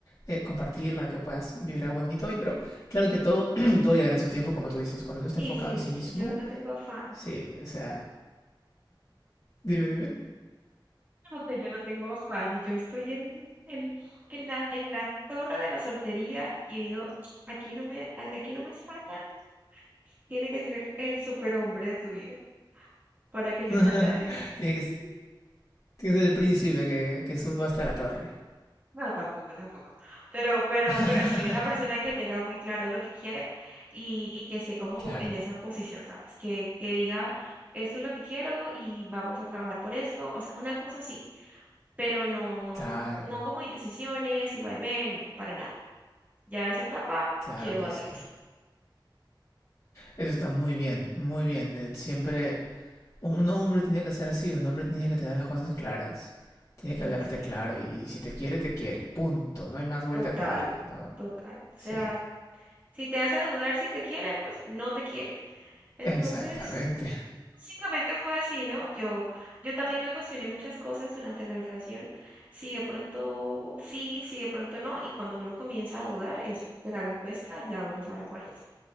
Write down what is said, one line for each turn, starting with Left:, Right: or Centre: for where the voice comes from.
Left: eh, compartir, con la que puedas vivir algo muy bonito hoy, pero claro que todo, <clears throat> todo llegará en su tiempo, como tú dices. Cuando uno está
Right: Sí,
Left: enfocado
Right: sí,
Left: en sí
Right: sí,
Left: mismo,
Right: yo no tengo afán.
Left: sí, o sea, dime, dime.
Right: No, que yo no tengo afán. Yo estoy en, en, en la, en la torre de la soltería y digo, aquí no me, de aquí no me sacan. Tiene que ser el, el superhombre de tu vida para
Left: <laughs>
Right: que yo
Left: tiene,
Right: salga de ahí.
Left: que, s- tiene que ser el príncipe que, que suba hasta la torre.
Right: No, tampoco, tampoco. Pero, pero,
Left: <laughs>
Right: pero sí, una persona que tenga muy claro lo que quiere y, y que esté como
Left: Claro,
Right: en esa posición, ¿sabes? Que, que diga, esto es lo que quiero y vamos a trabajar por esto. O sea, una cosa sí, pero no, no,
Left: claro,
Right: no como indecisiones y vaivén, no, para nada. Ya esa etapa
Left: claro
Right: quedó
Left: que
Right: atrás.
Left: sí. Eso está muy bien, muy bien. Eh, Siempre un hombre tiene que ser así, un hombre tiene que tener las cosas claras, tiene
Right: Sí,
Left: que hablarte
Right: sí,
Left: claro y, y si te quiere, te quiere, punto, no hay más vuelta
Right: total,
Left: que darle, ¿no?
Right: total. O sea,
Left: Sí,
Right: si te hace dudar si te quiere, pues no te quiere. Entonces...
Left: <laughs> exactamente,
Right: Básicamente fue así, ¿no? Yo, yo también me cuestioné muchas cosas durante la relación, si de pronto sí, si de pronto no, y cuando uno comienza a dudar es porque la respuesta ya uno sabe cuál es.